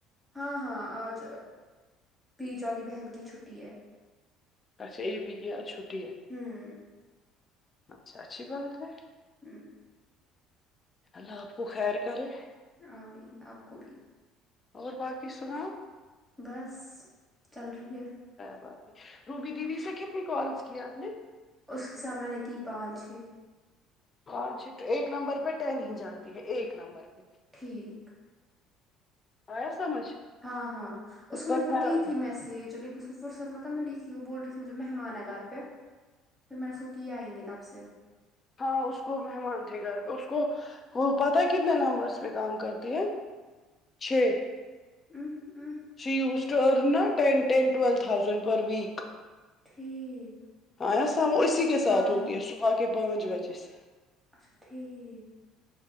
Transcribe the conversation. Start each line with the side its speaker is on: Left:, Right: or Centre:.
Centre: ہاں ہاں آج بیچ والی بہن کی چھٹی ہے
Left: اچھا ایک بی آج چھٹی ہے
Centre: ہوں
Left: اچھا اچھی بات ہے
Centre: ھمم
Left: اللہ آپ کو خیر کرے
Centre: آمین آپ کو بھی
Left: اور باقی سناؤ
Centre: بس چل رہی ہے
Left: بات روبی دیدی سے کتنی کالس کی آپ نے
Centre: اس کے ساتھ میں نے کی پانچ چھ
Left: پانچ چھ ایک نمبر پہ ٹین ہی جاتی ہے ایک نمبر پہ
Centre: ٹھیک
Left: آیا سمجھ
Centre: ہاں ہاں اس کو
Left: کا
Centre: میں نے پھر
Left: خیال
Centre: کی
Left: رکھو
Centre: تھی میسج لیکن اس وہ فرصت مطلب میں لی تھی وہ بول رہی تھی مجھے مہمان ہے گھر پہ پھر میں نے اس کو کیا ہی نہیں تب سے
Left: ہاں اس کو مہمان تھے گھر پہ اس کو وہ پتہ ہےکتنے نمبرس پہ کام کر تی ہے چھ
Centre: um um
Left: she use to earn نا ٹین ٹین ٹویل تھاؤزنڈ پر ویک
Centre: ٹھیک
Left: آ یا سمجھوہ اسی کے
Centre: ہاں
Left: ساتھ ہوتی
Centre: ہاں
Left: ہے صبح کے پانچ بجے سے
Centre: اچھا ٹھیک